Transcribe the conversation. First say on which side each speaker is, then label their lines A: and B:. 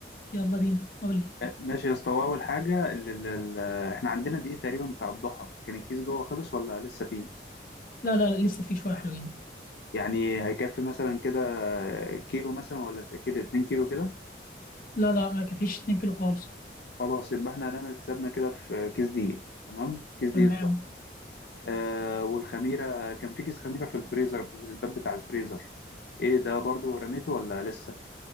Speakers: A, on the left; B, on the left.
A: يلا بينا قول لي
B: ماشي يا اسطى اول حاجه ال... ال... ال- احنا عندنا دقيق تقريبا بتاع الضحى كان الكيس جوه خلص ولا لسه فيه
A: لا لا لا، لسه في شويه حلوين
B: يعني هيكفي مثلا كده كيلو مثلا ولا كيلو 2 كيلو كده
A: لا لا ما كفيش 2 كيلو خالص
B: خلاص يبقى احنا هنعمل حسابنا كده في كيس دقيق تمام كيس دقيق
A: تمام
B: آه والخميرة كان في كيس خميرة في الفريزر في الباب بتاع الفريزر ايه ده برضو رميته ولا لسه